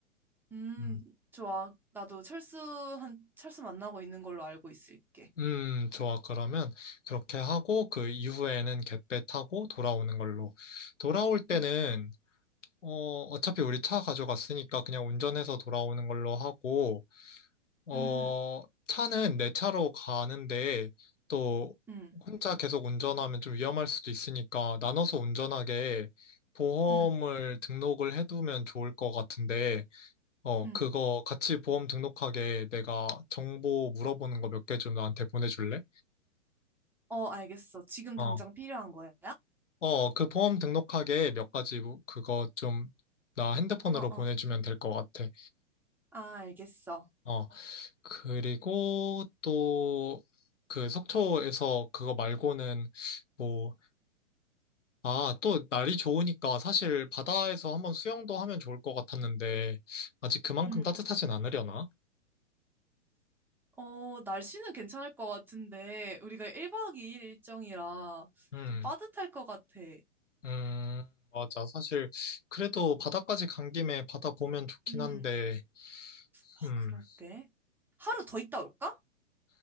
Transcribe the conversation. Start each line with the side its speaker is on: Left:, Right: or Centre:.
Centre: 음,
Left: 음,
Centre: 좋아. 나도 철수한, 철수 만나고 있는 걸로 알고 있을게.
Left: 음, 좋아. 그러면 그렇게 하고, 그 이후에는 갯배 타고 돌아오는 걸로. 돌아올 때는,
Centre: 음.
Left: 어, 어차피 우리 차 가져갔으니까 그냥 운전해서 돌아오는 걸로 하고, 어,
Centre: 음.
Left: 차는 내 차로 가는데 또
Centre: 응,
Left: 혼자 계속 운전하면 좀 위험할 수도 있으니까 나눠서 운전하게 보험을
Centre: 응,
Left: 등록을 해두면 좋을 것 같은데, 어,
Centre: 응.
Left: 그거 같이 보험 등록하게 내가 정보 물어보는 거 몇 개 좀 나한테 보내줄래?
Centre: 어, 알겠어. 지금
Left: 어,
Centre: 당장 필요한 거야?
Left: 어, 그 보험 등록하게 몇 가지 그거 좀 나 핸드폰으로
Centre: 어, 어.
Left: 보내주면 될 것 같아.
Centre: 아, 알겠어.
Left: 어. 그리고 또 그 속초에서 그거 말고는 뭐, 아, 또 날이 좋으니까 사실 바다에서 한번 수영도 하면 좋을 것 같았는데 아직 그만큼
Centre: 음.
Left: 따뜻하진 않으려나?
Centre: 어, 날씨는 괜찮을 것 같은데, 우리가 1박 2일 일정이라
Left: 음,
Centre: 좀 빠듯할 것 같아.
Left: 음, 맞아. 사실 그래도 바다까지 간 김에 바다 보면 좋긴
Centre: 음.
Left: 한데,
Centre: 아,
Left: 음,
Centre: 그럴게. 하루 더 있다 올까?